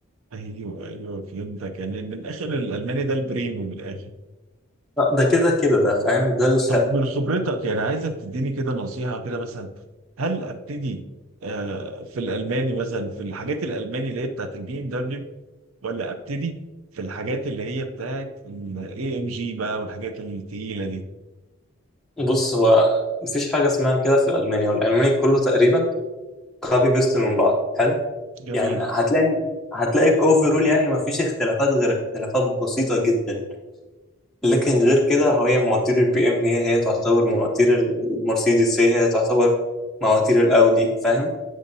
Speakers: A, on the right; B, in the centre.
A: ايوه ايوه فهمتك يعني من الاخر الالماني ده البريمو من الاخر
B: لا، ده كده كده ده فاهم ده ال...
A: طب من خبرتك يعني عايزك تديني كده نصيحه كده مثلا هل ابتدي آه، في الالماني مثلا في الحاجات الالماني اللي هي بتاعت البي ام دبليو ولا ابتدي في الحاجات اللي هي بتاعت الاي ام جي بقى والحاجات التقيله دي
B: <laughs> بص هو مفيش حاجه اسمها كده في الالماني والالماني كله تقريبا كوبي بيست من بعض حلو
A: جميل
B: يعني هتلاقي هتلاقي كوفرول يعني مفيش اختلافات غير اختلافات بسيطه جدا لكن غير كده هو هي مواتير البي ام هي هي تعتبر مواتير المرسيدس هي هي تعتبر مواتير الاودي فاهم